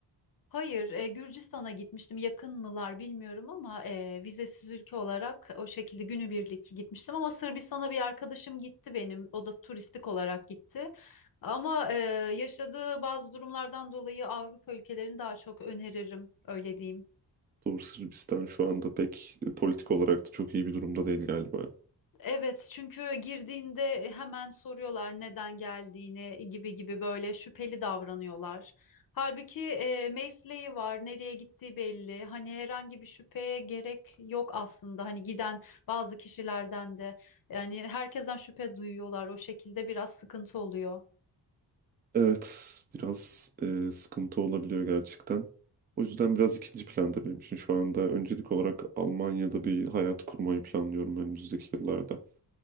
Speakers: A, on the left (about 50°); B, on the right (about 25°).
A: Hayır, e, Gürcistan'a gitmiştim. Yakın mılar bilmiyorum ama e, vizesiz ülke olarak o şekilde günübirlik gitmiştim. Ama Sırbistan'a bir arkadaşım gitti benim. O da turistik olarak gitti. Ama e, yaşadığı bazı durumlardan dolayı Avrupa ülkelerini daha çok öneririm, öyle diyeyim.
B: Doğru Sırbistan şu anda pek e, politik olarak da çok iyi bir durumda değil galiba.
A: Evet, çünkü girdiğinde e, hemen soruyorlar neden geldiğini gibi gibi böyle şüpheli davranıyorlar. Halbuki e, mesleği var, nereye gittiği belli. Hani herhangi bir şüpheye gerek yok aslında. Hani giden bazı kişilerden de yani herkesten şüphe duyuyorlar. O şekilde biraz sıkıntı oluyor.
B: Evet, biraz e, sıkıntı olabiliyor gerçekten. O yüzden biraz ikinci planda benim için şu anda öncelik olarak Almanya'da bir hayat kurmayı planlıyorum önümüzdeki yıllarda.